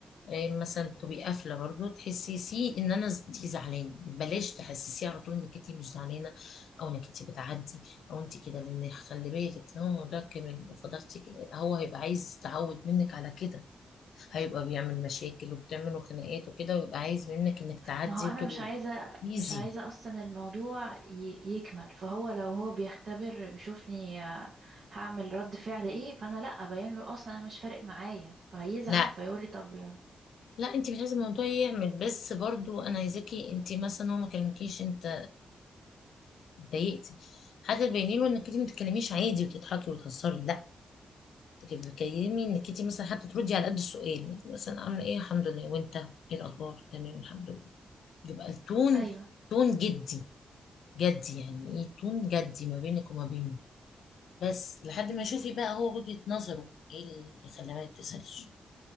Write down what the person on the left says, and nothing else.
إيه مثلا تبقي قافله برضو تحسسيه ان انا ز- انت زعلانه بلاش تحسسيه على طول انك انت مش زعلانه او انك انت بتعدي او انت كده لان خلي بالك لو الموضوع كمل وفضلتي كده هو هيبقى عايز يتعود منك على كده هيبقى بيعمل مشاكل وبتعملوا خناقات وكده ويبقى عايز منك انك تعدي
وتبقي
ايزي
لا
لا انت مش عايزه الموضوع يعمل بس برضو انا عايزاكي انت مثلا هو ما كلمكيش انت اتضايقتي حتى تبيني له انك انت ما بتتكلميش عادي وتضحكي وتهزري لا انت بتكلمي انك انت مثلا حتى تردي على قد السؤال يعني مثلا عامله ايه الحمد لله وانت ايه الاخبار تمام الحمد لله يبقى التون
تون جدي جدي يعني ايه تون جدي ما بينك وما بينه بس لحد
ما شوفي بقى هو وجهة نظره ايه اللي خلاه ما يتصلش